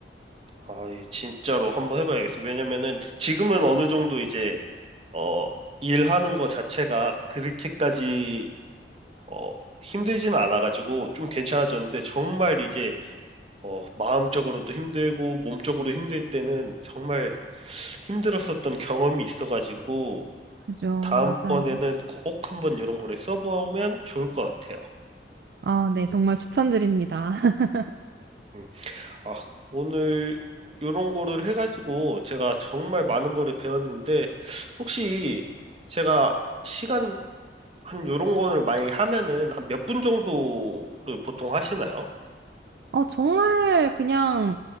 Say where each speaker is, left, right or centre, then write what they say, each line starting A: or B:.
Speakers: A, on the right; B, on the right.
A: 아, 예, 진짜로 한번 해봐야겠어. 왜냐면은 지금은 어느 정도 이제 어, 일하는 거 자체가 그렇게까지 어, 힘들지는 않아가지고 좀 괜찮아졌는데 정말 이제 어, 마음적으로도 힘들고 몸적으로 힘들 때는 정말 힘들었었던 경험이 있어가지고
B: 그죠.
A: 다음번에는
B: 맞아요.
A: 꼭 한번 이런 거를 써보면 좋을 것 같아요.
B: 아, 네. 정말 추천드립니다. <laughs>
A: 음. 아, 오늘 이런 거를 해가지고 제가 정말 많은 거를 배웠는데 혹시 제가 시간 한 요런 거를 만약에 하면은 한 몇 분 정도를 보통 하시나요?
B: 어, 정말 그냥,